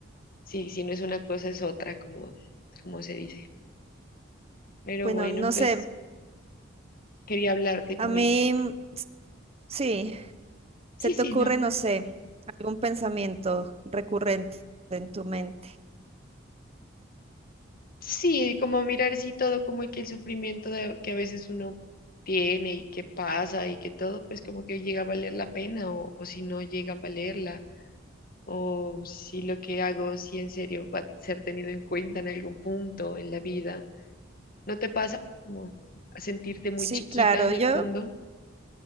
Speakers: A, on the left (about 45°); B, on the right (about 30°).
A: sí, si no es una cosa es otra, como, como se dice. Pero
B: Bueno,
A: bueno,
B: no
A: pues
B: sé,
A: quería hablarte
B: a
A: como,
B: mí
A: y-
B: mm, s- sí,
A: sí,
B: se te
A: sí,
B: ocurre,
A: no,
B: no sé, algún pensamiento recurrente en tu mente.
A: sí, como mirar sí todo, como que el sufrimiento de- que a veces uno tiene y que pasa y que todo, pues como que llega a valer la pena o, o si no llega a valerla o si lo que hago, si en serio va a ser tenido en cuenta en algún punto en la vida. ¿No te pasa como a sentirte muy
B: Sí,
A: chiquita
B: claro,
A: en
B: yo
A: el mundo?